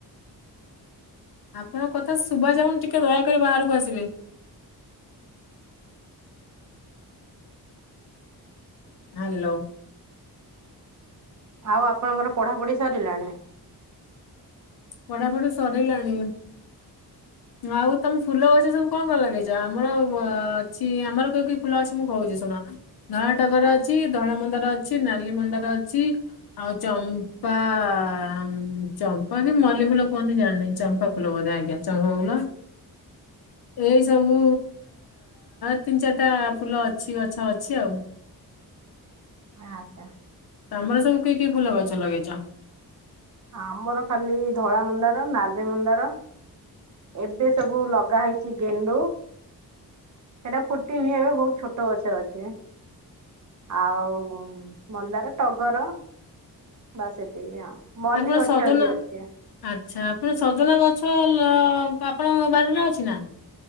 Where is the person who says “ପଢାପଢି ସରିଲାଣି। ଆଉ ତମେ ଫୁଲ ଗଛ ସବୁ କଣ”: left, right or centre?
Left